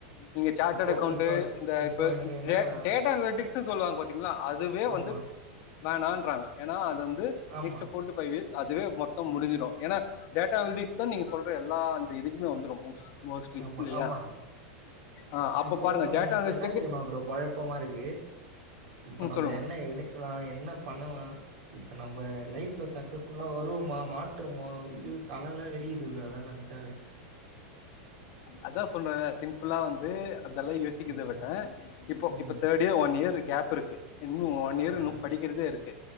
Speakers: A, on the left; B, on the right.
A: இங்க சார்ட்டட்
B: இப்போ
A: அக்கௌண்ட்டு
B: இப்போ
A: இந்த
B: இப்போ
A: இப்ப
B: எனக்கு என்னன்னா
A: டேட் டேட்டா அனலிட்டிக்ஸ் சொல்லுவாங்க பாத்தீங்களா அதுவே
B: ஆமா
A: வந்து வேனான்றாங்க ஏனா அது வந்து
B: ஆமா
A: next four to five years அதுவே மொத்தோ முடிஞ்சிடு ஏனா டேட்டா அனலிட்டிக்ஸ் தா நீங்க சொல்ற எல்லா அந்த இதுக்குமே வந்துரு மோஸ் மோஸ்ட்லி
B: ஆமா
A: இல்லையா
B: ஆமா
A: ஆ அப்ப
B: இப்போ
A: பாருங்க டேட்டாவெஸ்
B: எனக்கு என்ன தெரியுமா ப்ரோ கொழப்பமா இருக்கு இப்ப
A: ம்
B: நம்ம
A: சொல்லுங்க.
B: என்ன எடுக்கலா என்ன பண்ணலா இப்ப நம்ம லைஃப்ல சக்சஸ் நல்லா வருவுமா மாட்டமா இது தலல்லா வெடிக்குது ப்ரோ அதலா நனைச்சாவே
A: அதா சொன்ன சிம்பிளா வந்து அதல்லா யோசிக்கத
B: ம்
A: விட இப்போ
B: ம்
A: இப்ப that to one year gap இருக்கு இன்னு ஒ ஒன் இயர்
B: ஆ
A: இன்னு படிக்கிறதே இருக்கு